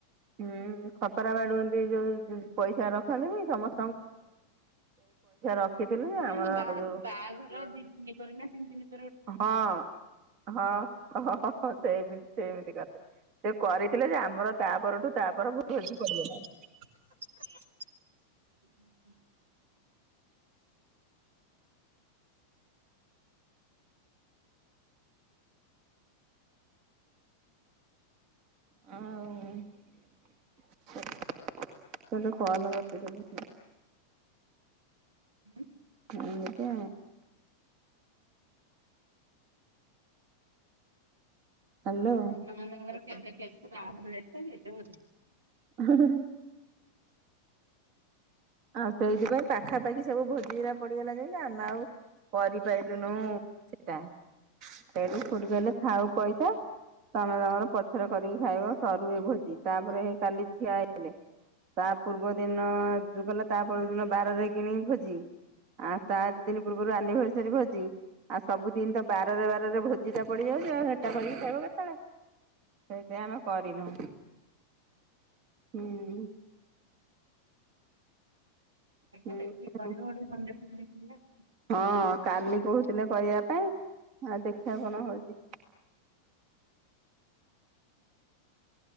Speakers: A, on the right; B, on the right.
A: ହୁଁ ଖତରା ବାଡୁନ୍ତି ଯୋଉ ପଇସା ରଖନ୍ତି ବି ସମସ୍ ରଖିଥିଲୁ ଯେ
B: ହଁ
A: ଆମର
B: ବା
A: ଯୋଉ
B: ବାହାଘରଟି <unintelligible>
A: ହଁ ହଁ ହଁ ସେମତି ସେମିତି କରିଦ ସେ କରିଥିଲେ ଯେ ଆମର ତା ପରଠୁ ତାପ ଭଲ <unintelligible>
B: ହ ହ
A: ହଁ ଆଉ <unintelligible> କଲ କରିଦେଲେ।
B: ହୁଁ
A: ହୁଁ ଏଟା। ହ୍ୟାଲୋ
B: <unintelligible>
A: <unintelligible> ଆଉ ସେଇଥିପାଇଁ ପାଖାପାଖି ସବୁ ଭୋଜିଗୁରା ପଡି ଗଲା ଯେ ଆମେ ଆଉ କରିପାରଲୁନୁ ସେଟା। ସେ <unintelligible> କହିଲେ ଥାଉ ପଇସା। ତମେ ତମର ପଛର କରିକି ଖାଇବ ସରୁ ଏ ଭୋଜି ତାପରେ କାଲି ଝିଆ ଆଇ ଥିଲେ। ତା ପୂର୍ବ ଦିନ ଯୋଉ ଗଲା ତାପ ଦିନ ବାରରେ କିଣି ଭୋଜି। ଆଉ ତା ଦି ଦିନ ପୂର୍ବରୁ ଆନିଭରସରି ଭୋଜି। ଆଉ ସବୁ ଦିନ ତ ବାରରେ ବାରରେ ଭୋଜି ଟା ପଡିଯାଉଉଟା ଆଉ ହେଟା କରିକି ଖାଇବ କେତେବେଳେ? ସେଇଥି ଆମେ କରିନୁ। ହୁଁ। ହୁଁ।
B: ଗୋଟେ କରିବ ଗୋଟେ ଦେଖ
A: ହଁ
B: <unintelligible>
A: କାଲି କହୁଥିଲେ କରିବା ପାଇଁ ଆଉ ଦେଖିବା କଣ ହଉଛି।